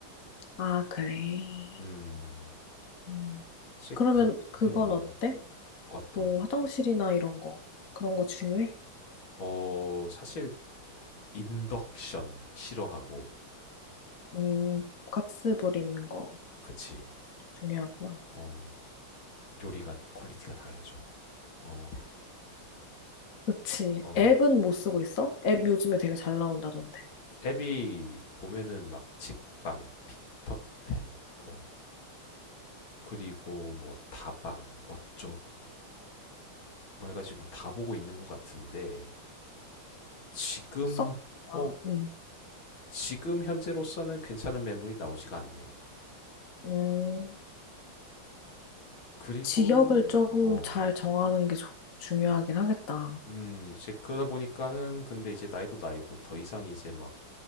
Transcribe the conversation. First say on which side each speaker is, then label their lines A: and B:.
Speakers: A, on the left; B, on the left.
A: 아, 그래.
B: 음.
A: 음.
B: 사실
A: 그러면
B: 그,
A: 그건
B: 음,
A: 어때?
B: 어떤,
A: 뭐 화장실이나 이런 거 그런 거 중요해?
B: 어, 사실 인덕션 싫어하고,
A: 음, 가스 버리는 거
B: 그치,
A: 중요하구나.
B: 어, 요리가 퀄리티가 달라져. 어,
A: 그치.
B: 어,
A: 앱은 못 쓰고 있어? 앱 요즘에 되게 잘 나온다던데.
B: 앱이 보면은 막 직방, 피터팬, 뭐, 그리고 뭐 다방, 어쩌고, 뭐 해가지고 다 보고 있는 것 같은데, 지금,
A: 썩. 아,
B: 어,
A: 음.
B: 지금 현재로서는 괜찮은 매물이 나오지가 않네.
A: 음.
B: 그리고,
A: 지역을 좀
B: 어,
A: 잘 정하는 게 좋- 중요하긴 하겠다.
B: 음, 이제 그러다 보니까는 근데 이제 나이도 나이고 더 이상 이제 막